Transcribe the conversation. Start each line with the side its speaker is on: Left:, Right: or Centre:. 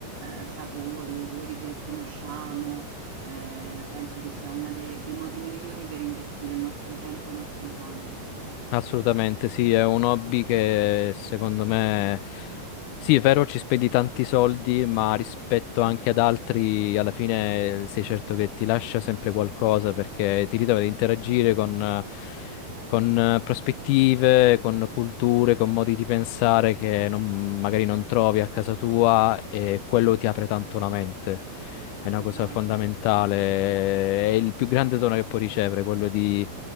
Right: eh, sapori, odori che conosciamo. Eh, penso che sia uno dei modi migliori per investire il nostro tempo e i nostri soldi.
Left: Assolutamente, sì, è un hobby che secondo me, sì, è vero, ci spendi tanti soldi, ma rispetto anche ad altri, alla fine eh, sei certo che ti lascia sempre qualcosa perché ti ritrovi ad interagire con, eh, con eh, prospettive, con culture, con modi di pensare che non- magari non trovi a casa tua e quello ti apre tanto la mente. È una cosa
Right: Esatto,
Left: fondamentale, è il più grande dono che puoi ricevere, quello di